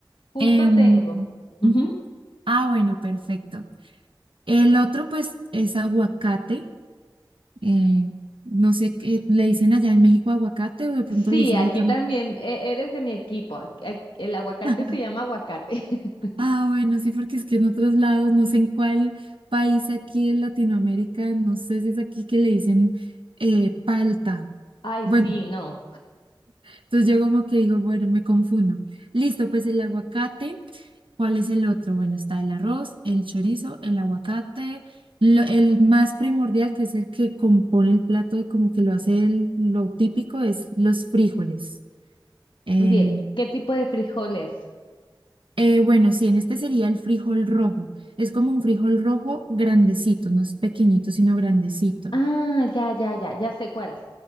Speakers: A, on the left; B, on the right.
A: Justo
B: Em,
A: tengo. Ujú.
B: ujú. Ah, bueno, perfecto. El otro, pues, es aguacate. eh, no sé qué le dicen allá en México aguacate o de pronto
A: Sí,
B: le dicen
A: aquí
B: de otra
A: también
B: manera.
A: e- eres de mi equipo. Ac- ac- El aguacate
B: <laughs>
A: se llama aguacate. <laughs>
B: Ah, bueno, sí, porque es que en otros lados, no sé en cuál país aquí en Latinoamérica, no sé si es aquí que le dicen eh, palta.
A: Ay,
B: Bueno,
A: sí, no.
B: entonces yo como que digo, bueno, me confundo. Listo, pues el aguacate. ¿Cuál es el otro? Bueno, está el arroz, el chorizo, el aguacate, lo- el más primordial, que es el que compone el plato y como que lo hace el- lo típico, es los frijoles. Eh,
A: Muy bien. ¿Qué tipo de frijoles?
B: Eh, bueno, sí, en este sería el frijol rojo. Es como un frijol rojo grandecito, no es pequeñito, sino grandecito.
A: Ah, ya, ya, ya, ya sé cuál.